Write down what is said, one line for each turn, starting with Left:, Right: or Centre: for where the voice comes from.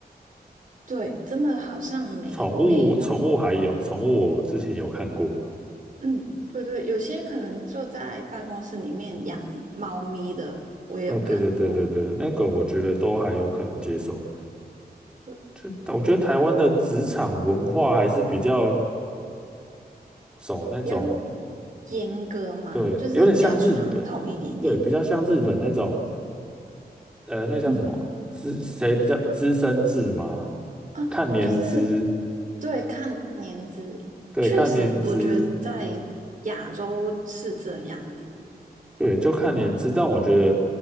Right: 对，真的好像没没有，
Centre: 宠物宠物还有宠物，我之前有看过。
Right: 嗯，对对，有些可能就在办公室里面养猫咪的，我也有看过，
Centre: 哦，对对对对对，那个我觉得都还有可能接受。
Right: 对，
Centre: 就我觉得台湾的职场文化还是比较走那种。
Right: 比较严格嘛，
Centre: 对，
Right: 就是比较传统一点点。
Centre: 有点像日本，对，比较像日本那种，呃，那叫什么资谁比较资深制吗？
Right: 嗯。啊，
Centre: 看年资，
Right: 就是对，看年资，
Centre: 对，
Right: 确实，
Centre: 看年资，
Right: 我觉得在亚洲是这样诶
Centre: 对，就看年资。但我觉得